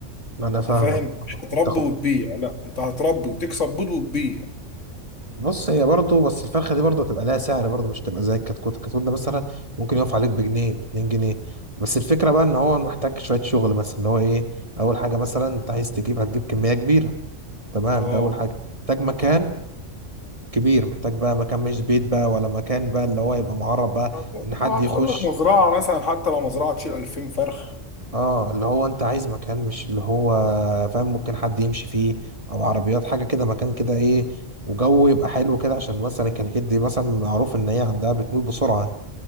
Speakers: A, on the right; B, on the left.
A: انا فاهمك
B: انت فاهم مش هتربي
A: تاخد
B: وتبيع لا انت هتربي وتكسب بيض وتبيع
A: بص هي برضه بس الفرخه دي برضه هتبقى لها سعر برضه مش تبقى زي الكتكوت الكتكوت ده مثلا ممكن يقف عليك بجنيه ب 2 جنيه بس الفكره بقى ان هو محتاج شويه شغل مثلا اللي هو ايه اول حاجه مثلا انت عايز تجيب هتجيب كميه كبيره تمام
B: اه
A: ده اول حاجه محتاج مكان كبير محتاج بقى مكان مش بيت بقى ولا مكان بقى اللي هو يبقى معرض بقى
B: هت-
A: ان حد
B: ما
A: يخش
B: هتاخد لك مزرعة مثلا حتى لو مزرعة تشيل 2000 فرخ
A: اه اللي هو انت عايز مكان مش اللي هو فاهم ممكن حد يمشي فيه او عربيات حاجه كده مكان كده ايه وجو يبقى حلو كده عشان مثلا الكناكيد دي مثلا معروف ان هي عندها بتموت بسرعه